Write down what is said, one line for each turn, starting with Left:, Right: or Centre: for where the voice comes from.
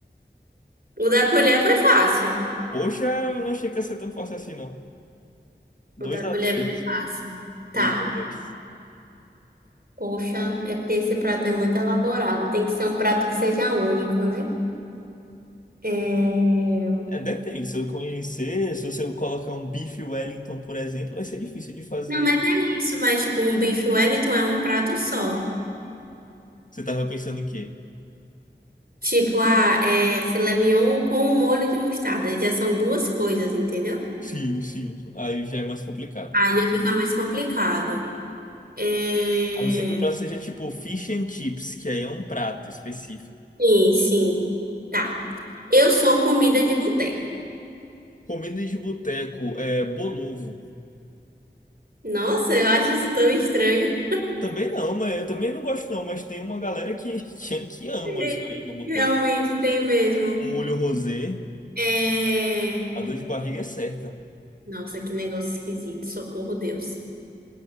Right: O da colher foi fácil.
Left: Poxa, eu não achei que ia ser tão fácil assim, não. 2
Right: O da
Left: a
Right: colher
Left: 2
Right: foi fácil. Tá.
Left: 2 a 2
Right: Poxa, é porque esse prato é muito elaborado. Tem que ser um prato que seja único, né? É...
Left: É, depende, se eu conhecer, se você colocar um bife Wellington, por exemplo, vai ser difícil de fazer.
Right: Não, mas é isso. Mas, tipo, um bife Wellington é um prato só.
Left: Você tava pensando em quê?
Right: Tipo, ah, é filé mignon com molho de mostarda. Já são duas coisas, entendeu?
Left: Sim, sim, aí já é mais complicado.
Right: Aí fica mais complicado. É...
Left: A não ser que o prato seja tipo fish and chips, que aí é um prato específico.
Right: Sim, sim. Tá. Eu sou comida de boteco.
Left: Comida de boteco, é bolovo.
Right: Nossa, eu acho isso tão estranho.
Left: Também não, mas eu também não gosto não, mas tem uma galera que, <laughs> que ama
Right: Sim,
Left: isso aí no boteco.
Right: Realmente tem mesmo.
Left: Um molho rosé,
Right: É...
Left: a dor de barriga é certa.
Right: Nossa, que negócio esquisito. Socorro, Deus.